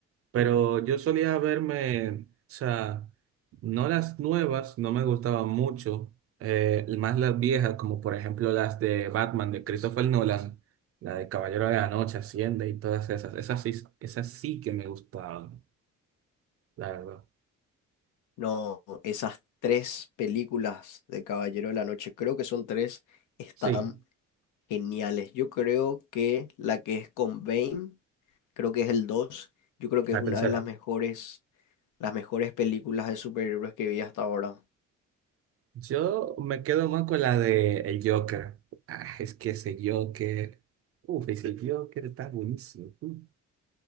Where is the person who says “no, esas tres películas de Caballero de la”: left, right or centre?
Left